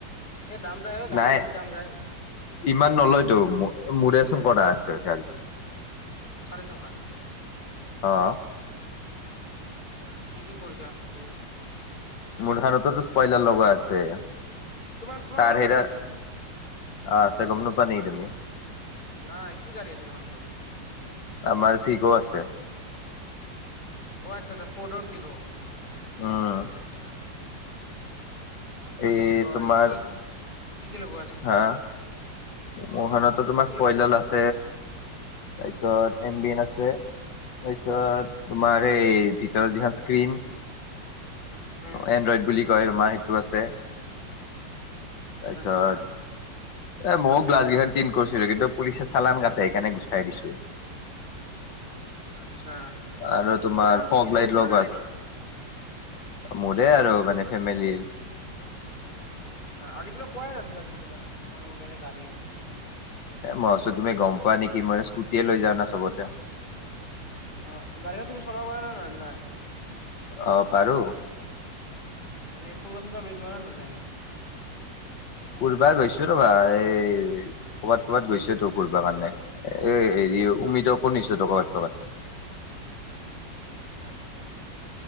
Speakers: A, on the left; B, on the left.
A: এই দাম যায় অ', গাড়ীত
B: নাই
A: বহুত দাম যায়।
B: ইমান নলয়তো, মোৰ মোৰেচোন কৰা আছে গাড়ীত।
A: চাৰি চকাৰ।
B: অ'
A: আচ্ছা, কি- কি কৰিছা তুমি।
B: মোৰখনতটোতো স্পয়লাৰ লগোৱা আছে।
A: তোমাৰ তোমালোকৰো
B: তাৰ সেইটা,
A: গাড়ী আছে নেকি?
B: অ', আছে গম নোপোৱা নেকি তুমি।
A: নহয়, কি গাড়ী আছে তোমালোকৰ।
B: আমাৰ ফিগ' আছে।
A: অ', আচ্ছা- আচ্ছা ফ'ৰ্ডৰ ফিগ',
B: উম
A: আচ্ছা, অ'। আৰু কি
B: এই
A: বুলি কয়,
B: তোমাৰ
A: কি-কি, কি-কি লগোৱা আছে।
B: হা, মোৰ খনতটো তোমাৰ
A: কি কি
B: স্পয়লাৰ আছ
A: <inaudible>
B: তাৰপিছত এম বি এন আছে। তাৰপিছত তোমাৰ এই ভিতৰৰ যিখন স্ক্ৰীণ
A: উম
B: এনড্ৰইড বুলি কয় তোমাৰ সেইটো আছে। তাৰপিছত
A: আচ্ছা।
B: এ ময়ো গ্লাছকেইখন টিন কৰিছিলো কিন্তু পুলিচে চালান কাটে, সেইকাৰণে গুচাই দিছো।
A: আচ্ছা, তোমাৰ
B: আৰু
A: এইখন
B: ফগ
A: কি নিজৰ-নিজৰ
B: লাইট লগোৱা
A: গাড়ী
B: আছে
A: নেকি।
B: মোৰে আৰু মানে ফেমিলিৰ।
A: আচ্ছা, আজিলেকে কোৱাই নাছিলাচোন তোমাৰ তোমালোকৰ যে গাড়ী আছে।
B: এ মই ভাবিছো তুমি গম পোৱা নিকি মই স্কুটিয়ে লৈ যাওঁ না চবতে।
A: অ', গাড়ীখন তুমি চলাব পাৰা নে নাই।
B: অ', পাৰো।
A: এনে ফুৰবা-চুৰবা লৈ যোৱা না নোযোৱা এনে?
B: ফুৰবা গৈছো ৰবা এই ক'বাত ক'বাত গৈছো তো। ঘূৰবা কাৰণে, এ হেৰি উমিতকো নিছো ত কবাত-কবাত।
A: আচ্ছা আচ্ছা